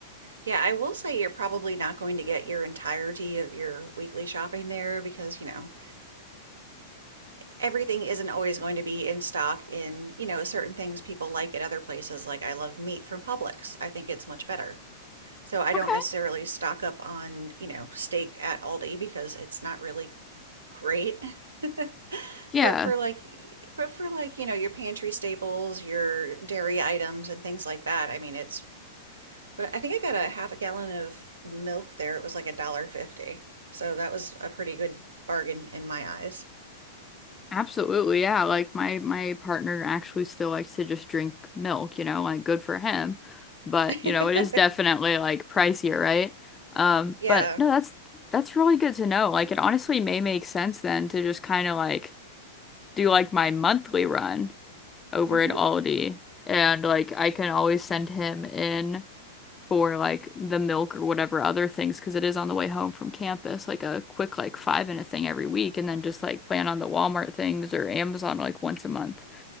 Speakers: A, on the right (about 85°); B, on the left (about 20°).
A: Yeah, I will say you're probably not going to get your entirety of your weekly shopping there because, you know, everything isn't always going to be in stock in, you know, certain things people like at other places. Like I love meat from Publix. I think it's much better. So I
B: Okay.
A: don't necessarily stock up on, you know, steak at Aldi because it's not really great. <laughs>
B: Yeah,
A: But for like but for like, you know, your pantry staples, your dairy items and things like that, I mean, it's But I think I got a half a gallon of milk there. It was like a dollar fifty. So that was a pretty good bargain in my eyes.
B: absolutely. Yeah, like my my partner actually still likes to just drink milk, you know, like good for him. But,
A: <laughs>
B: you know, it is definitely like pricier, right? Um,
A: Yeah.
B: but no, that's that's really good to know. Like it honestly may make sense then to just kind of like do like my monthly run over
A: hmm
B: at Aldi and like I can always send him in for like the milk or whatever other things because it is on the way home from campus like a quick like five minute thing every week and then just like plan on the Walmart things or Amazon like once a month